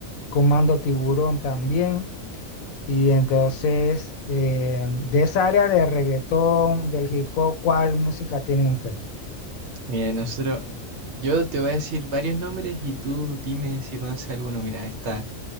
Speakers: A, on the left; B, on the right.
A: Comando Tiburón también. Y entonces, eh, de esa área de reggaetón, del hip hop, ¿cuál música tienen ustedes?
B: Mira, nosotros, yo te voy a decir varios nombres y tú dime si conoces alguno. Mira, está